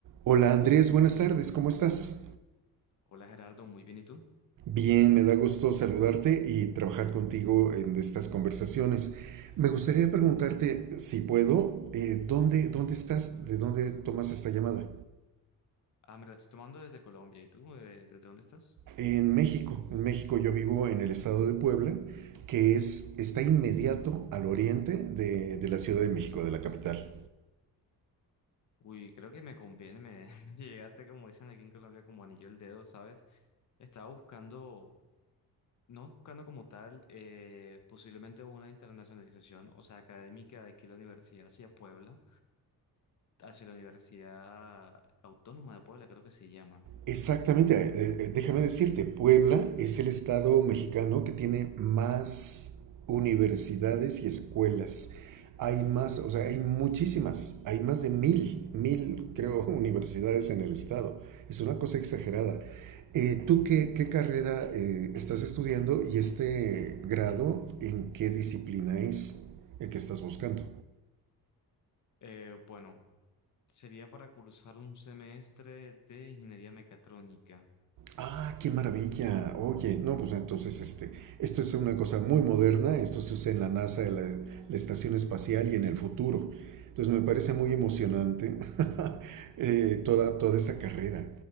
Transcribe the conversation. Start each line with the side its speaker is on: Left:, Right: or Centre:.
Right: Hola Andrés, buenas tardes, ¿cómo estás?
Left: Hola Gerardo, muy bien, ¿y tú?
Right: Bien, me da gusto saludarte y trabajar contigo en estas conversaciones. Me gustaría preguntarte, si puedo, eh, ¿dónde, dónde estás? ¿De dónde tomas esta llamada?
Left: Ah, me la estoy tomando desde Colombia, ¿y tú? Eh, ¿desde dónde estás?
Right: En México. En México yo vivo en el estado de Puebla, que es, está inmediato al oriente de, de la Ciudad de México, de la capital.
Left: Uy, creo que me conviene, me <laughs> llegaste, como dicen aquí en Colombia, como anillo al dedo, ¿sabes? Estaba buscando, no buscando como tal, eh, posiblemente una internacionalización, o sea, académica de aquí la universidad hacia Puebla, hacia la Universidad Autónoma de Puebla, creo que se llama.
Right: Exactamente, eh, eh, déjame decirte, Puebla es el estado mexicano que tiene más universidades y escuelas. Hay más, o sea, hay muchísimas, hay más de mil, mil, creo, <laughs> universidades en el estado. Es una cosa exagerada. Eh, ¿tú qué, qué carrera eh, estás estudiando y este grado en qué disciplina es el que estás buscando?
Left: Eh, bueno, sería para cursar un semestre de ingeniería mecatrónica.
Right: Ah, qué maravilla. Oye, no, pues entonces este, esto es una cosa muy moderna, esto se usa en la NASA, en la, la estación espacial y en el futuro. Entonces me parece muy emocionante <laughs> eh, toda, toda esa carrera.